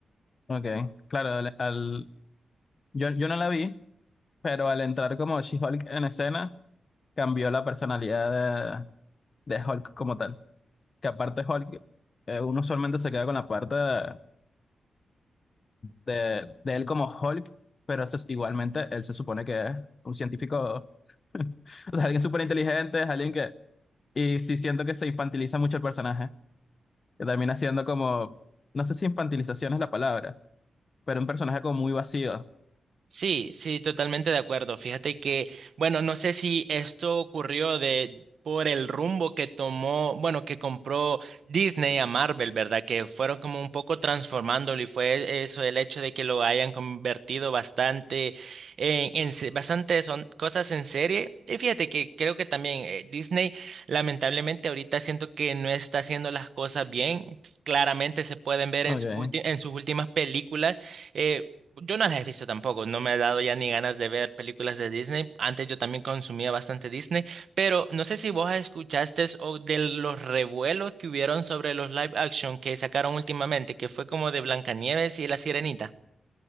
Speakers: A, on the left; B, on the right.
A: ok. Claro, al, al- yo, yo no la vi, pero al entrar como She-Hulk en escena, cambió la personalidad de, de Hulk como tal. Que aparte Hulk, eh, uno usualmente se queda con la parte de, de él como Hulk, pero se- igualmente él se supone que es un científico, <laughs> o sea, alguien súper inteligente, es alguien que Y sí siento que se infantiliza mucho el personaje, que termina siendo como, no sé si infantilización es la palabra, pero un personaje como muy vacío.
B: Sí, sí, totalmente de acuerdo. Fíjate que, bueno, no sé si esto ocurrió de por el rumbo que tomó, bueno, que compró Disney a Marvel, ¿verdad? Que fueron como un poco transformándolo y fue eso el hecho de que lo hayan convertido bastante en, en se- bastante son cosas en serie. Y fíjate que creo que también eh, Disney, lamentablemente ahorita siento que no está haciendo las cosas bien. Claramente se pueden ver
A: Okay.
B: en sus ulti- en sus últimas películas. eh, yo no las he visto tampoco, no me ha dado ya ni ganas de ver películas de Disney. Antes yo también consumía bastante Disney, pero no sé si vos escuchaste o de los revuelos que hubieron sobre los live action que sacaron últimamente, que fue como de Blancanieves y la Sirenita.